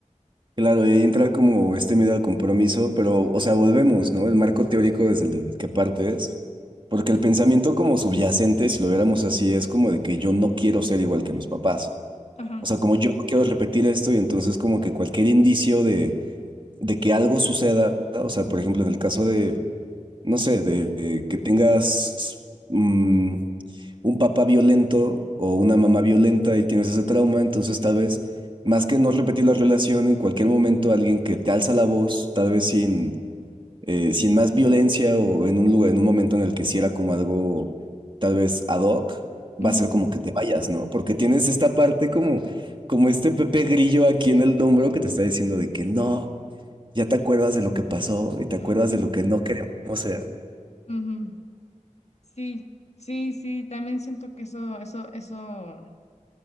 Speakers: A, on the right (about 40°); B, on the left (about 55°).
A: Claro, y ahí entra como este miedo al compromiso, pero, o sea, volvemos, ¿no? El marco teórico desde el que partes, porque el pensamiento como subyacente, si lo viéramos así, es como de que yo no quiero ser igual que mis papás.
B: Ajá.
A: O sea, como yo no quiero repetir esto y entonces como que cualquier indicio de, de que algo suceda, o sea, por ejemplo, en el caso de, no sé, de, de que tengas, mm, un papá violento o una mamá violenta y tienes ese trauma, entonces tal vez, más que no repetir la relación, en cualquier momento alguien que te alza la voz, tal vez sin, eh, sin más violencia o en un lugar, en un momento en el que si era como algo tal vez ad hoc,
B: Ujú.
A: va a ser como que te vayas, ¿no? Porque tienes esta parte como, como este Pepe Grillo aquí en el hombro que te está diciendo de que no. Ya te acuerdas de lo que pasó y te acuerdas
B: Ujú.
A: de lo que no queremos ser.
B: Ujú. Sí, sí, sí, también siento que eso, eso, eso,